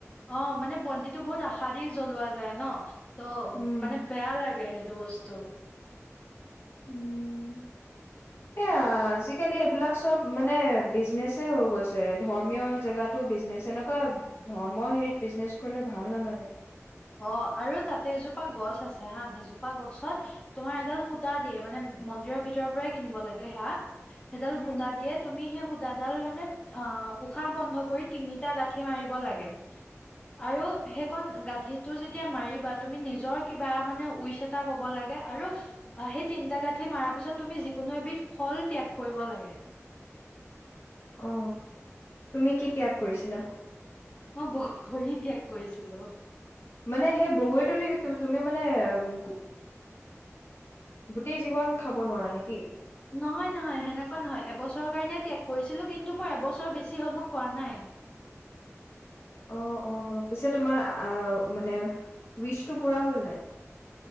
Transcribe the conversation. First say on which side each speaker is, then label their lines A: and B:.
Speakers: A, on the left; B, on the left.
A: অ' মানে বন্তিটো বহুত আশা দি জ্বলোৱা যায় ন। ত'
B: উম।
A: মানে বেয়া লাগে সেইটো। বস্ত।
B: উম! এয়া আজিকালি এইবিলাক চব মানে বিজনেছে হৈ গৈছে। ধৰ্মীয় জেগাতো বিজনেচ। এনেকুৱা ধৰ্ম হেৰিত বিজনেচ কৰিলে ভাল নালাগে।
A: অ' আৰু তাতে এজোপা গছ আছে হা। সেইজোপা গছত তোমাৰ এডাল সূতা দিয়ে, মানে মন্দিৰৰ ভিতৰৰ পৰাই কিনিব লাগে হেয়া সেইডাল
B: উম।
A: সূতা দিয়ে, তুমি সেই সূতাডাল মানে অ' উশাহ বন্ধ কৰি তিনিটা গাঁঠি মাৰিব লাগে। আৰু সেইকণ গাঁঠিত টো যেতিয়া মাৰিবা, তুমি নিজৰ কিবা মানে উইচ এটা ক'ব লাগে, আৰু সেই তিনটা গাঁঠি মাৰাৰ পিছত তুমি যিকোনো এবিধ ফল ত্যাগ কৰিব লাগে।
B: অ তুমি কি ত্যাগ কৰিছিলা
A: মই বগৰী ত্যাগ কৰিছিলো
B: মানে সেই বগৰীটোত কি তু তুমি মানে অহ গোটেই জীৱন খাব নোৱাৰা নেকি
A: নহয় নহয় সেনেকুৱা নহয় এবছৰৰ কাৰণে ত্যাগ কৰিছিলোঁ কিন্তু মোৰ এবছৰ বেছি হ'ল মই খোৱা নাই
B: অ অ পিছে তোমাৰ আ মানে উইচটো পুৰা হ'ল নাই